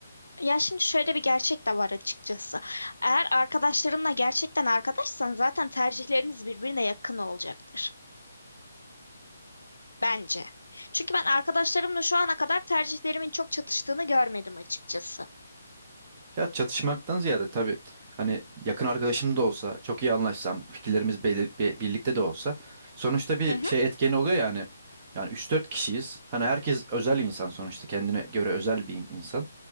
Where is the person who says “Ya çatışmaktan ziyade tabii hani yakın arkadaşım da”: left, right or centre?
Right